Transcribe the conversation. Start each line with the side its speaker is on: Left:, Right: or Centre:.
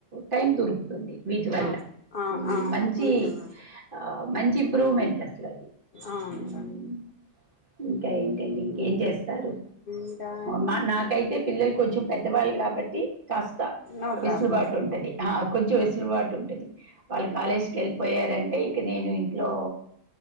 Right: టైం దూర్ ది విజువల్
Left: అవును
Right: గ
Left: అవును అవును
Right: మంచి
Left: కొంచెం
Right: అ మంచి ఇంప్రూవ్మెంట్ ఉమ్
Left: అవును సార్
Right: ఇంకా ఏంటంటి ఇం ఏం చేస్తారు
Left: ఇంకా
Right: మా ఉ నాకైతే పిల్లలు కొంచెం పెద్దవాళ్ కాబట్ ది కాస్త
Left: నో
Right: విసులుబాటు
Left: ప్రాబ్లం
Right: ఉంటది ఆ కొంచెం వెస్లూబాటు ఉంటది వాళ్ళు కాలేజీ కెల్లిపోయా టంటే ఇంక నేను అ అ ఇంట్లో